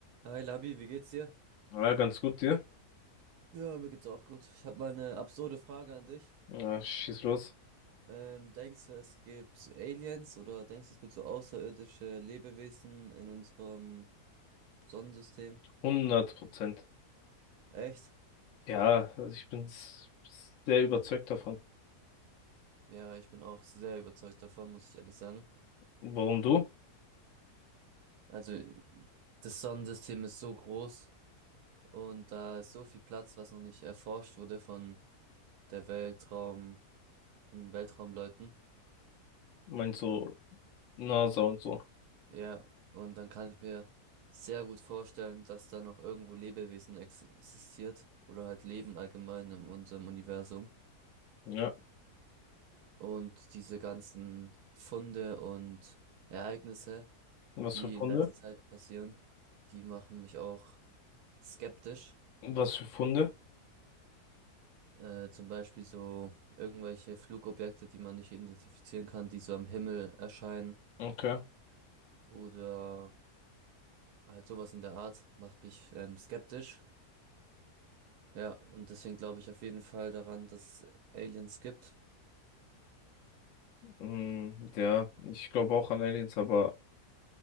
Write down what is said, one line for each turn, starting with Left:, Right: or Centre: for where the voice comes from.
Right: Hi Labi, wie geht's dir?
Left: Ja, ganz gut dir.
Right: Ja, mir geht's auch gut. Ich habe mal eine absurde Frage an dich.
Left: Ja, schieß los.
Right: Ähm, denkst du, es gibt so Aliens oder denkst du, es gibt so außerirdische Lebewesen in unserem Sonnensystem?
Left: hundert Prozent.
Right: Echt?
Left: Ja, also ich bin s- sehr überzeugt davon.
Right: Ja, ich bin auch sehr überzeugt davon, muss ich ehrlich sagen.
Left: Warum du?
Right: Also, das Sonnensystem ist so groß und da ist so viel Platz, was noch nicht erforscht wurde von der Weltraum, von Weltraumleuten.
Left: Meinst du NASA und so?
Right: Ja, und dann kann ich mir sehr gut vorstellen, dass da noch irgendwo Lebewesen existiert oder halt Leben allgemein in unserem Universum.
Left: Ja.
Right: Und diese ganzen Funde und Ereignisse,
Left: Was
Right: die
Left: für Funde?
Right: in letzter Zeit passieren, die machen mich auch skeptisch.
Left: Was für Funde?
Right: Äh, zum Beispiel so irgendwelche Flugobjekte, die man nicht identifizieren kann, die so am Himmel erscheinen
Left: Okay.
Right: oder halt sowas in der Art, macht mich ähm, skeptisch. Ja, und deswegen glaube ich auf jeden Fall daran, dass Aliens gibt.
Left: Mm, ja, ich glaube auch an Aliens, aber